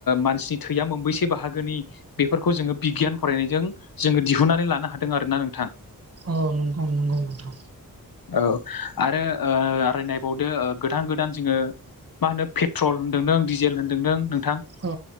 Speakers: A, on the left (about 65°); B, on the right (about 40°).
A: मानसिनि थैया मोनबैसे बाहागोनि बेफोरखौ जोङो बिगियान फरायनायजों जोङो दिहुनन्नानै लानो हादों आरोना नोंथां
B: औ नंगौ नंगौ नोंथां
A: औ आरो आरराय नायबावदो गोदान गोदान जोङो मा होनो पेट्रल होन्दों नों दिडिजेल होन्दों नों नोंथां
B: औ